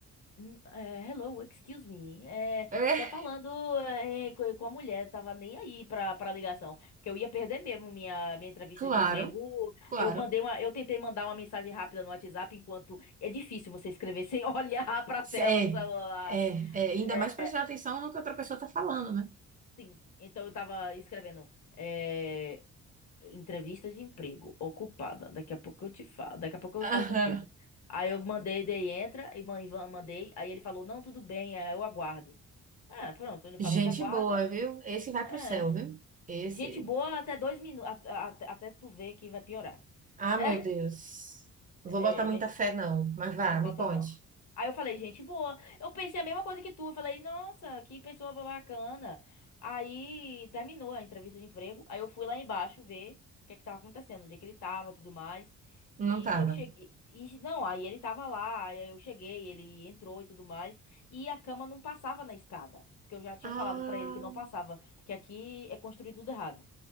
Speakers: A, on the left; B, on the right.
A: hum, é, hello, excuse me. É,
B: É,
A: só falando é, co- com a mulher, tava nem aí pra, pra ligação. Porque eu ia perder mesmo minha, minha entrevista
B: claro,
A: de emprego.
B: claro.
A: Eu mandei uma, eu tentei mandar uma mensagem rápida no WhatsApp, enquanto é difícil você escrever sem <laughs> olhar pra tela
B: É,
A: do celular.
B: é, é. Ainda
A: É,
B: mais prestando atenção no que outra pessoa tá falando, né?
A: sim. Então eu tava escrevendo. é, Entrevista de emprego, ocupada. Daqui a pouco eu te falo. Daqui a pouco eu
B: Aham.
A: falo contigo. Aí eu mandei, dei entra, e man- Ivan mandei. Aí ele falou, não, tudo bem, aí eu aguardo. É, pronto, ele
B: Gente
A: falou que aguarda.
B: boa, viu? Esse vai pro
A: É.
B: céu, viu? Esse.
A: Gente boa até dois minutos, até tu ver que vai piorar.
B: Ah,
A: <laughs>
B: meu Deus.
A: É,
B: Não vou botar muita
A: gente
B: fé, não. Mas vá,
A: Não bota,
B: me conte.
A: não. Aí eu falei, gente boa. Eu pensei a mesma coisa que tu. Eu falei, nossa, que pessoa bacana. Aí terminou a entrevista de emprego. Aí eu fui lá embaixo ver o que é que tava acontecendo, onde é que ele tava, tudo mais.
B: Não
A: E
B: tava.
A: eu cheguei. E, não, aí ele tava lá, aí eu cheguei, ele entrou e tudo mais. E a cama não passava na escada. Porque eu já tinha
B: Ah,
A: falado pra ele que não passava. Porque aqui é construído tudo errado.